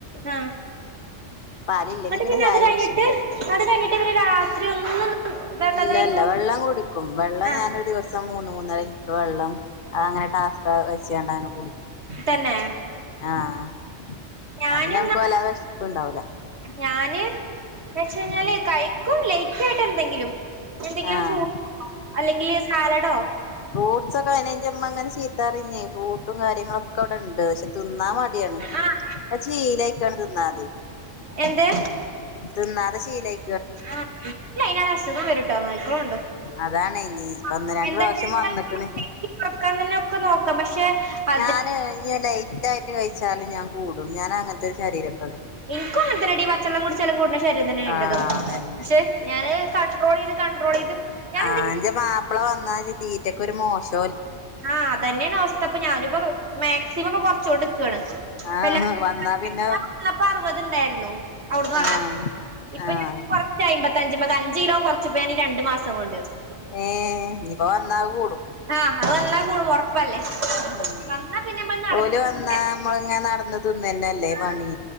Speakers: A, on the right (about 65°); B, on the left (about 50°).
A: ആ
B: പാലില്ലെങ്കി
A: എന്നിട്ട് പിന്നെ
B: ചായ
A: അത് കഴിഞ്ഞിട്ട്
B: കുടിച്ചൂല
A: അത് കഴിഞ്ഞിട്ട് പിനെ രാത്രി ഒന്നും ഇതാക്കാതെ
B: ഇല്ല
A: കഴിക്കും
B: ഇല്ല വെള്ളം കുടിക്കും വെള്ളം
A: ആഹ്
B: ഞാനൊരു ദിവസം മൂന്ന് മൂന്നര ലിറ്റർ വെള്ളം അത അങ്ങനെ ടാസ്ക് വെച്ചണ്ടന കൂടിക്കും
A: തന്നെ
B: ആ ഇനാ
A: ഞാനിന്നാ
B: പിന്നെ നമുക്ക് വല്ലാതെ വെഷപ്പ് ഉണ്ടാവൂല
A: ഞാന് എന്ന വെച്ച്കഴിഞ്ഞാല്
B: ഉം
A: കഴിക്കും ലേറ്റ് ആയിട്ട് എന്തെങ്കിലും എന്തെങ്കിലും
B: ആഹ്
A: ഫ്രൂട്ടോ അല്ലെങ്കില് സാല്ഡോ
B: ഫ്രൂട്ട്സ് ഒക്കെ അയിന്റെമ്മ അങ്ങനെ ചീത്താ അറിഞ്ഞേ ഫ്രൂട്ടും കാര്യങ്ങളും ഒക്കെ ഇവിടെ ഉണ്ട് പക്ഷെ തിന്നാൻ വേ
A: ആഹ്
B: ശീലായിക്കാണ് തിന്നാതി
A: എന്ത്
B: തിന്നാതെ ശീലായി
A: ആ അതിനട് അസുഖം വരട്ടോന്ന് <inaudible>
B: അതാണ് ഇപ്പ ഒന്ന് രണ്ട്
A: എന്താച്ചഴിഞ്ഞാൽ
B: പ്രാവശ്യം വന്നക്കണ്
A: <inaudible> തന്നെ ഒക്കെ നോക്കാം പക്ഷെ അ
B: ഞാന് ഇ ലൈറ്റ് ആയിട്ട് കഴിച്ചാലും ഞാൻ കൂടും ഞാൻ അങ്ങനത്തെരു ശരീരം
A: എനിക്കും അങ്ങനത്തെന്നടി ഈ പച്ചെള്ളം കുടിച്ചാലും കൂടണ ശരീരം തന്നെ
B: ആഹ്
A: ഇന്റെതും
B: അതന്നെ
A: പക്ഷെ ഞാന് അയ്ന് കണ്ടട്രോൾ ചെയ്ത് കണ്ട്രോൾ ചെയ്ത് ഞാൻ
B: ആന്റെ
A: എന്ത
B: മാപ്പിള വന്നാ തീറ്റക്കെ ഒരു മോശം
A: ആഹ് അത്തന്നെയാണ് അവസ്ഥ അപ്പൊ ഞാനിപ്പ മാക്സിമം ഇപ്പൊ കുറച്ചുകൊണ്ട്ക്കാണ് ഇപ്പ
B: ആഹ്
A: എല്ലാരും
B: വന്നാ പിന്നെ
A: വല്ലപ്പോ അറുപത് ഇണ്ടായിരുന്നു അവിടുന്ന് പറ
B: ആഹ്
A: ഇപ്പൊ
B: ആഹ്
A: ഞാൻ കുറച്ച് അയ്മ്പത്തഞ്ച അഞ്ച കിലോം കുറച്ച പോ ഞാൻ രണ്ടു മാസം കൊണ്ട്
B: ഏ ഇപ്പ വന്നാ കൂടും
A: ആഹ് അത് വന്നാ കൂട ഉറപ്പല്ലേ
B: ഉം
A: വന്നാ പിന്നെമ്മ നടന്ന
B: ഓല് വന്നാ നമ്മളിങ്ങനെ നടന്ന് തിന്നന്നല്ലേ
A: ആ
B: പണി